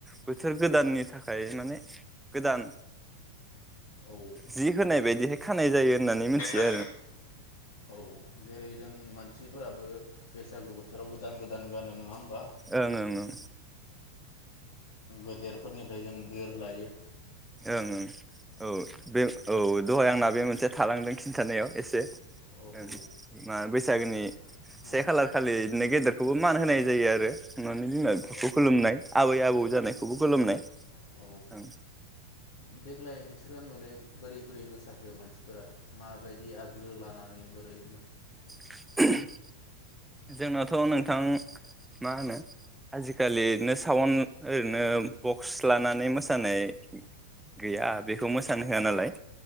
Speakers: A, in the centre; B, on the left (about 50°).
A: बोथोर गोदाननि थाखाय माने गोदान
B: औ
A: जि होनाय बायदिहाय खानाय जायो होननानै मिथियो
B: औ जेरै जों मानसि मानसिफोराबो बैसागो बोथोराव गोदान गोदान गानो नङा ओम
A: ओं ओं ओं
B: गेदेरफोरनिफ्राय जों बोर लायो।
A: ओं ओं औ बे औ दहाय आंना बे मोनसे थालांदों खिनथानायाव। एसे
B: औ
A: ओं
B: औ
A: मा बैसागोनि
B: नों औ
A: से खालार खालिनो गेदेर खौबो मान होनाय जायो आरो न'नि बिमा-बिफाखौ
B: औ
A: खुलुमनाय आबै-आबौ
B: औ
A: जानायखौबो खुलुमनाय
B: औ औ
A: ओं।
B: देग्लाय नोंसोर गामियावलाय बोरै बोरै मोसाखो मानसिफोरा माबायदि आगजु लानानै बोरै
A: <unintelligible> जोंनाथ नोंथां मा होनो आजिखालि ओरैनो साउन्ड ओरैनो बक्स लानानै मोसानाय गैया बेखौ मोसानो होआ नालाय।